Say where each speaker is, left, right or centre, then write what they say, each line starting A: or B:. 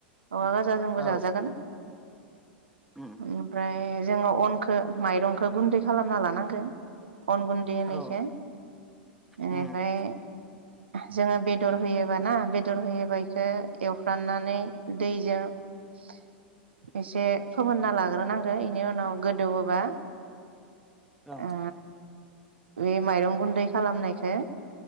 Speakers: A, on the right (about 85°); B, in the centre.
A: औवा गाजा जोंबो
B: औ
A: जाजागोन
B: उम
A: ओमफ्राय जोङो अनखो माइरं खो गुन्दै खालामना लानांगो अन गुन्दै होनो
B: औ
A: इखो इनिफाय
B: उम
A: जोङो बेदर होयोबाना बेदर होयोबा इखौ एवफ्राननानै दैजों एसे फोमोनना लाग्रोनांगो इनि उनाव गोदौवोबा
B: औ
A: ओ बे माइरं गुन्दै खालामनायखो